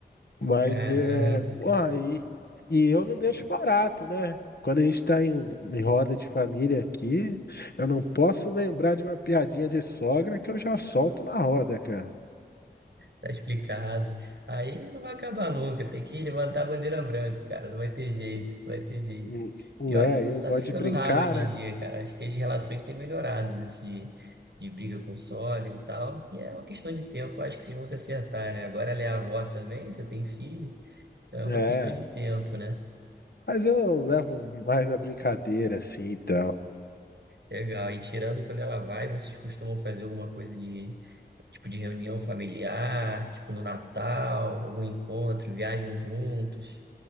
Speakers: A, on the left; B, on the right.
A: Mas
B: Caramba,
A: é. Porra,
B: cara.
A: e, e eu não deixo barato, né? Quando a gente está em, um- em roda de família aqui, eu não posso lembrar de uma piadinha de sogra que eu já solto na roda, cara.
B: Tá explicado. Aí não vai acabar nunca. Tem que levantar a bandeira branca, cara. Não vai ter jeito, não vai ter jeito.
A: Hum, Não
B: E
A: é,
B: olha que
A: eu
B: isso tá
A: gosto
B: ficando
A: de brincar,
B: raro hoje
A: né?
B: em dia, cara. Acho que as relações têm melhorado nisso de, de briga com sólido e tal. E é uma questão de tempo, acho que vocês vão se acertar, né? Agora ela é avó também, você tem filho. Então é
A: É.
B: uma questão de tempo, né?
A: Mas eu levo mais a brincadeira, assim, então.
B: Legal. E tirando quando ela vai, vocês costumam fazer alguma coisa de tipo de reunião familiar, tipo no Natal, algum encontro, viajam juntos.